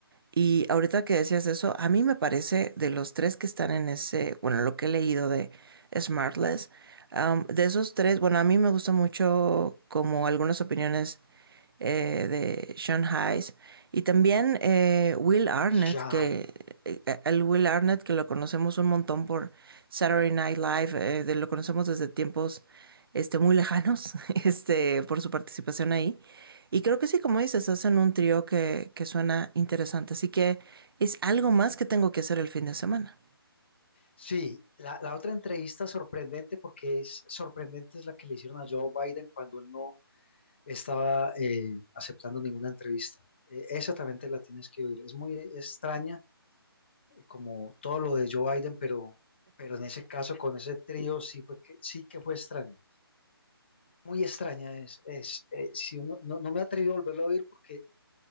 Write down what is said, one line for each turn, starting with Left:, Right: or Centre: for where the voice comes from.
Right: Y ahorita que decías eso, a mí me parece de los tres que están en ese, bueno, lo que he leído de Smartless, um, de esos tres, bueno, a mí me gusta mucho como algunas opiniones eh, de Sean Hayes y también eh, Will Arnett,
Left: Jean.
Right: que eh, el Will Arnett que lo conocemos un montón por Saturday Night Live, eh, de, lo conocemos desde tiempos este, muy lejanos <laughs> este, por su participación ahí. Y creo que sí, como dices, hacen un trío que, que suena interesante. Así que es algo más que tengo que hacer el fin de semana.
Left: Sí, la, la otra entrevista sorprendente, porque es sorprendente, es la que le hicieron a Joe Biden cuando él no estaba eh, aceptando ninguna entrevista. Eh, esa también te la tienes que oír. Es muy extraña, eh, como todo lo de Joe Biden, pero, pero en ese caso, con ese trío, sí fue que, sí que fue extraño. muy extraña es, es eh, si uno- no, no me he atrevido a volverlo a oír porque,